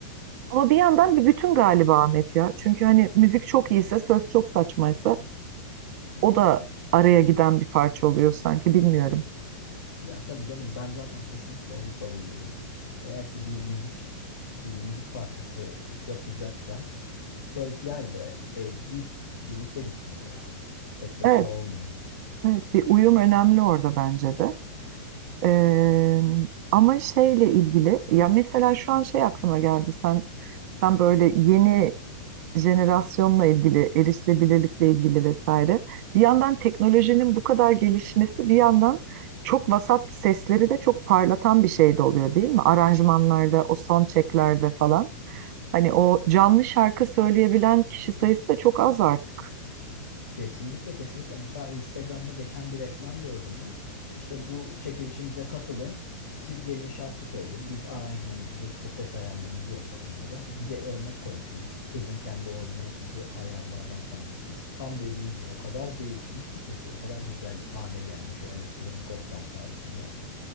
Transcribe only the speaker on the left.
Ya tabii canım ben zaten kesinlikle onu savunuyorum. Eğer ki bir müzik bir müzik parçası yapılacaksa sözler ve ezgi birlikte gitmeli ya. Tek başına
olmuyor.
Kesinlikle kesinlikle mesela Instagram'da geçen bir reklam gördüm ben. İşte bu çekilişimize katılın. Siz gelin şarkı söyleyin. Biz aranjmanınızı işte ses ayarlarınızı yapalım diyorlar. Bir de örnek koymuşlar. Kızın kendi orijinal sesi ayarlardan sonraki sesi. Tam dediğin gibi o kadar değişmiş ki sesi o kadar güzel hale gelmiş o elektronik ortam sayesinde.